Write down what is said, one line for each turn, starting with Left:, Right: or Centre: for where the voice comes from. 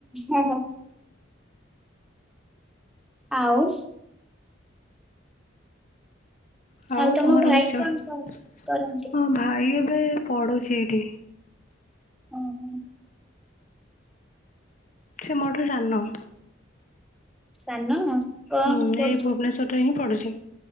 Centre: ହ ହ। ଆଉ?
Left: ହଉ
Centre: ଆଉ ତମ
Left: ତମର
Centre: ଭାଇ
Left: ବି ଚଢ଼େ,
Centre: କଣ କର- କରନ୍ତି?
Left: ହ ଭାଇ ଏ ପଡୁଚି ଏଇଠି।
Centre: ହୁଁ ହୁଁ।
Left: ସେ ମୋରଠ ଜାନ।
Centre: ସାନ? କଣ
Left: ହୁଁ
Centre: କରୁଛନ୍ତି?
Left: ଏଇ ଭୁବନେସ୍ୱର ରେ ହିଁ ପଡୁଛି।